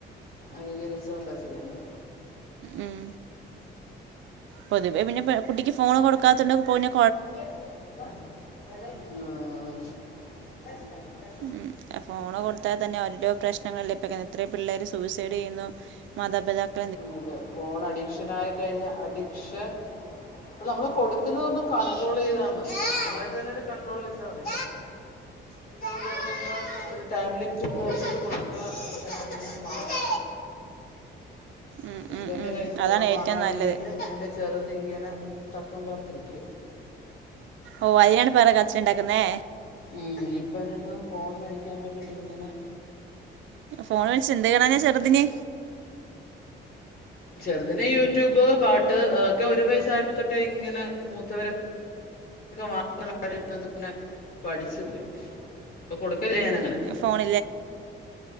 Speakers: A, on the left; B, on the right.
A: അനുകരിച്ചൊണ്ടാണ് ചെയ്യുന്നത്
B: ഉം പൊതുവെ പിന്നെ കുട്ടിക്ക്ഫോണ് കൊടുക്കാത്തോണ്ട് പോനു
A: ഉഹ്
B: ഉം ഫോണ്കൊടുത്താ തന്നെ ഓരോരോ പ്രശ്നങ്ങള് നെ എത്രയും പിള്ളേര് സൂ യിസൈടെയ്യുന്നു മാതാപിതാക്ക
A: അത് ഫോൺ അഡിക്ഷനായി കഴിഞ്ഞാ അഡിക്ഷൻ നമ്മള് കൊടുക്കുന്നതൊന്ന് കണ്ട്രോളെയ്താമതി നമ്മളായിട്ടന്നെ ഒരു കണ്ട്രോൾ വെച്ചാമതി. കുട്ടിയേള്ക്ക് കൊടുക്കുമ്പോ ഒരു ടൈം ലിമിറ്റ് ഒക്കെവെച്ചിട്ട് കൊടുക്കുക അപ്പത്തന്നെ വാങ്ങ
B: ഉം
A: ഇപ്പെന്റെ
B: ഉം ഉം
A: കയ്യിന്ന്
B: അതാണ്
A: ഫോൺ വാങ്ങാ
B: ഏറ്റവും നല്ലത്
A: വേണ്ടീട്ട് എന്റെ ചെറുതിങ്ങനെ തക്കം പാർത്തിരിക്ക
B: ഓ അയിനാണ് പേറെ കച്ചറണ്ടാക്കുന്നേ
A: ഉം ഇപ്പം എന്റെടുത്ത്ന്ന് ഫോൺ മേടിക്കാ വേണ്ടിയിട്ടിങ്ങനെ
B: ഫോൺവിളിചെന്തയ്യാനചെറുതിനെ
A: ചെറുതിന് യൂട്യൂബ്പാട്ട്അതൊക്കെ ഒരുവയസ്സായപ്പോതൊട്ടേഇങ്ങനെ മൂത്തവര് ക്കെവാങ്ങകാര്യഅങ്ങനെപഠിച്ച് പോയിഅപ്പോൾകൊടുക്കലഞാനങ്ങനെ
B: ഫോണല്ലേഉഅതാനല്ലത്ഫോൺ